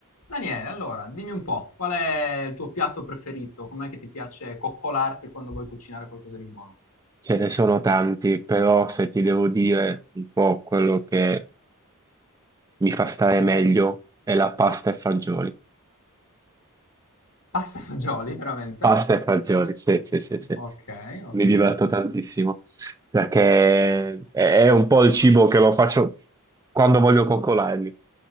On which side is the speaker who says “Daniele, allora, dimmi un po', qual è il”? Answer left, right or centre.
Left